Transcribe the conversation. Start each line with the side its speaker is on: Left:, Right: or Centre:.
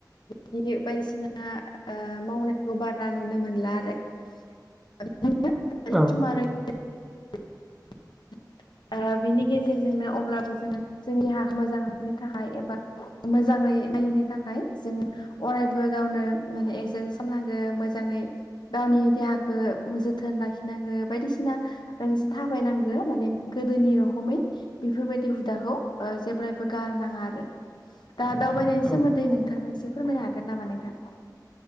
Left: <unintelligible> बायदिसिना ओ मावनायखौ बा रा नुनो मोनला आरो <unintelligible> <unintelligible>
Centre: औ
Left: ओ बिनि गेजेरजोंनो अब्लाबो जोङो जोंनि देहाखौ मोजां लाखिनो थाखाय ए बा मोजाङै नायनो थाखाय जोङो अरायबो गावनो माने एक्सारसाइस खालामनांगौ मोजाङै गावनि देहाखौ जोथोन लाखिनांगो बायदिसिना <unintelligible> थाबायनांगौ माने गोदोनि रखमै बेफोरबायदि हुदाखौ ओ‌ जेब्लायबो गारनाङा आरो दा दावबायनायनि
Centre: औ
Left: सोमोन्दै
Centre: नोंथां
Left: नोंथाङा एसे फोरमायनो हागोन नामा नोंथां?